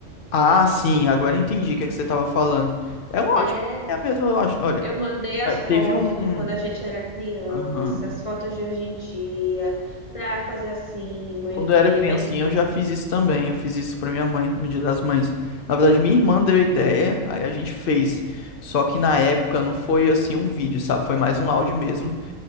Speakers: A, on the left (about 50°); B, on the left (about 30°).
A: Ah, sim, agora eu entendi o que é que você estava falando. É um ótimo.
B: É,
A: É a mesma, eu acho. Olha,
B: eu mandei as
A: ah, teve
B: fotos
A: um.
B: de quando a gente era criança,
A: Aham.
B: as fotos de hoje em dia, para fazer assim, mãe
A: Quando
B: ver.
A: eu era criancinha,
B: Vai...
A: eu já fiz isso também. Eu fiz isso pra minha mãe, no Dia das Mães. Na verdade, minha irmã deu a ideia, aí a gente fez. Só que na época não foi assim um vídeo, sabe? Foi mais um áudio mesmo,